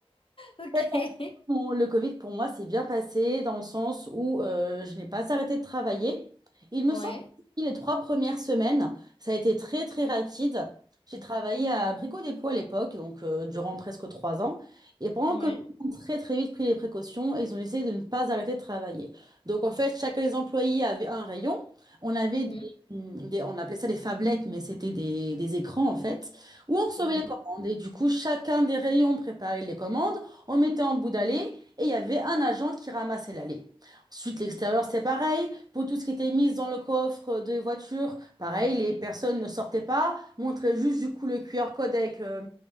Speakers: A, on the left (about 65°); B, on the right (about 45°).
A: ok.
B: fait, en- mon- le Covid, pour moi, s'est bien passé dans le sens où euh, je n'ai pas arrêté de travailler. Il me
A: Ouais.
B: semble que les trois premières semaines, ça a été très, très rapide. J'ai travaillé à Brico Dépôt à l'époque, donc euh, durant presque trois ans. Et pendant
A: Ouais.
B: le Covid, ils ont très, très vite pris les précautions et ils ont essayé de ne pas arrêter de travailler. Donc, en fait, chacun des employés avait un rayon. On avait
A: Mhm.
B: des, mm, des- on appelait ça des phablettes, mais c'était des, des écrans, en fait, où on recevait
A: Ouais.
B: les commandes. Et du coup, chacun des rayons préparait les commandes. On mettait en bout d'allée et il y avait un agent qui ramassait l'allée. Ensuite, l'extérieur, c'est pareil. Pour tout ce qui était mis dans le coffre des voitures, pareil, les personnes ne sortaient pas, montraient juste du coup le QR code avec, euh,